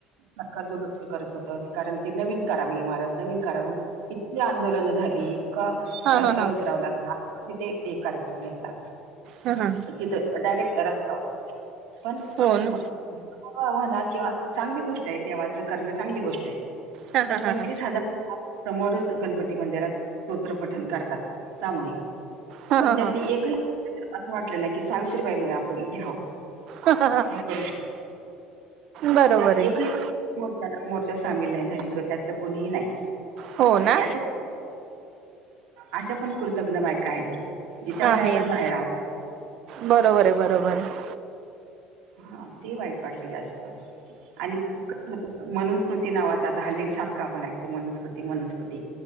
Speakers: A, on the right; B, on the right.
A: सरकार दुर्लक्ष करत होत कारण नवीन करावी इमारत नवीन करावी म्ह इतकी आंदोलनं झाली इतका
B: हा
A: रस्त्यावर
B: हा हा
A: उतराव लागला आम्ही पण तिथे एक कार्यक्रम घेतला.
B: हा हा
A: तिथं डायरेक्ट रस्त्यावर पण
B: हो ना
A: हव होणा किंवा चांगली गोष्ट आहे देवाचं करणं चांगली गोष्ट आहे
B: हा
A: तर
B: हा हा
A: पंचवीस
B: हा
A: हजार समोरच गणपती मंदिरात स्तोत्र पठण करतात सामूहिक
B: हा
A: पण
B: हा
A: त्यातली एकही असं वाटलेलं की सावित्रीबाई मुळे आपण इथे आहोत. आपण
B: हा हा हा
A: हे करू शक
B: बरोबर
A: त्या
B: आहे
A: एक ही मोचा मोर्चा सामील नाही झाली किंवा त्यातलं कुणीही नाही
B: हो ना
A: याच अशा पण कृतज्ञ बायका आहेत की जिच्यामुळे
B: आहेत,
A: आपण बाहेर आहोत
B: बरोबर आहे बरोबर आहे.
A: हा ते वाईट वाटलं जास्त. आणि मनुस्मृती नावाच आता हल्ले सारखं आपण ऐकतो, मनुस्मृती, मनुस्मृती